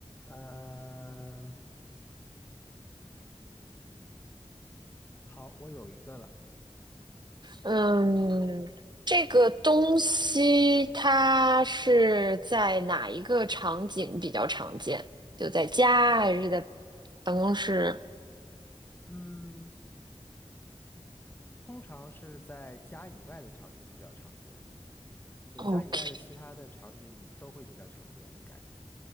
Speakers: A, on the left (about 20°); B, on the right (about 40°).
A: 嗯，好，我有一个了。
B: 嗯，这个东西它是在哪一个场景比较常见？就在家还是在办公室？
A: 嗯，通常是在家以外的场景比较常见，就家以外的其他的场景都会比较常见，
B: o k
A: 应该。